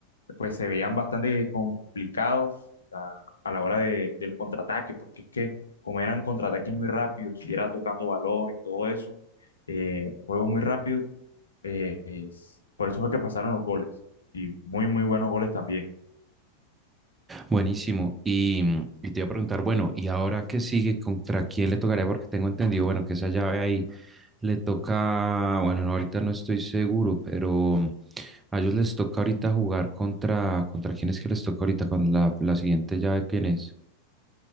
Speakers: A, on the left; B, on the right.
A: pues se veían bastante complicados a, a la hora de, de los contraataques, porque es que como eran contraataques muy rápidos, y era tocando balón y todo eso, eh, juego muy rápido eh, es- por eso fue que pasaron los goles. Y muy, muy buenos goles también.
B: Buenísimo. Y, mm, y te iba a preguntar, bueno, ¿y ahora qué sigue? ¿Contra quién le tocaría? Porque tengo entendido, bueno, que esa llave ahí le toca, bueno, no, ahorita no estoy seguro, pero mm, a ellos les toca ahorita jugar contra, ¿contra quién es que les toca ahorita? ¿Con la, la siguiente llave quién es?